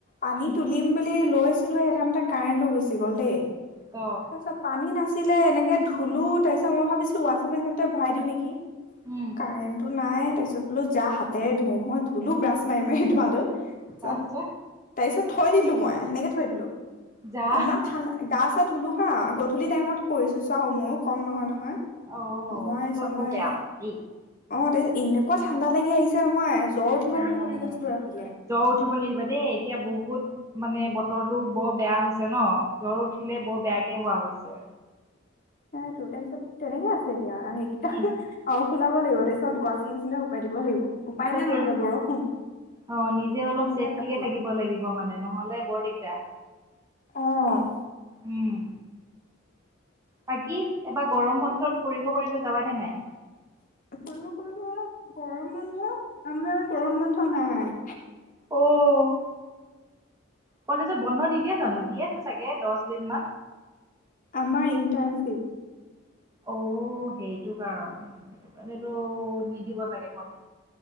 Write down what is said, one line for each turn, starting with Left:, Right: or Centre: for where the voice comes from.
Left: পানী
Right: উম
Left: তুলিম বুলি লৈছিলোঁ। ছিলো সেইটা মতে কাৰেন্ট গুচি গ'ল দেই।
Right: অ'।
Left: তাৰিছত পানী নাছিলে এনেকে ধুলো তাৰপিছত মই ভাবিছিলো ৱাচিং মেচিনতে ভৰাই দিওঁ নেকি।
Right: উম।
Left: কাৰেণ্টটো নাই তাৰপিছত বোলো যা হাতেৰে ধোও মই ধুলো ব্ৰাছ মাৰি মাৰি ধোৱাটো। পিছত
Right: তাৰপিছত
Left: তাৰ পিছত থৈ দিলোঁ মই, তেনেকৈ থৈ দিলোঁ,
Right: যা
Left: ইমান ঠাণ্ডা। গা চা ধুলো, হা গধূলি টাইমত কৰিছোঁ, চাওঁ মই ও কম নহয় নহয়।
Right: অ
Left: সময়
Right: সেইটো
Left: চময়।
Right: আকৌ বেয়া কথা দেই
Left: অ' তাৰপিছত এনেকুৱা ঠাণ্ডা লাগি আহিছে নহয়, জ্বৰ উঠি আহিব
Right: উম
Left: বুলি ভাবি গৈছিলোঁ ৰাতিলৈ।
Right: জ্বৰ উঠিব নিদিবা দেই, এতিয়া বহুত মানে বতৰটো বৰ বেয়া হৈছে ন'। জ্বৰ উঠিলে বৰ বেয়াকে হোৱা হৈছে।
Left: সেইটো তাৰপিছত তেনেকে আছে এতিয়া আহ।
Right: কি।
Left: আৰু শুকাব লাগিব, তাৰপিছত ৱাশ্বিং মেচিন শুকুৱাই দিব লাগিব, উপায়
Right: তাকে
Left: নাই নহ'লে বৰষুণ।
Right: অ' নিজে অলপ
Left: নুশুকাই
Right: ছেফটিকে
Left: কাপোৰ
Right: থাকিব লাগিব মানে, নহ'লে বৰ ডিগদাৰ।
Left: অ'।
Right: উম্। বাকী এবাৰ গৰম বন্ধত ফুৰিব কৰিব যাবা নে নাই।
Left: কৰিব' কৰিব', গৰম বন্ধ, আমাৰ গৰম বন্ধ নাই।
Right: অঁ'। কলেজত বন্ধ নিদিয়ে জানো, দিয়েতো চাগে দহ দিন মান।
Left: আমাৰ ইণ্টাৰ্নশ্বিপ।
Right: অ', সেইটো কাৰণে, সেইটো কাৰণেতোত। নিদিব চাগে ব,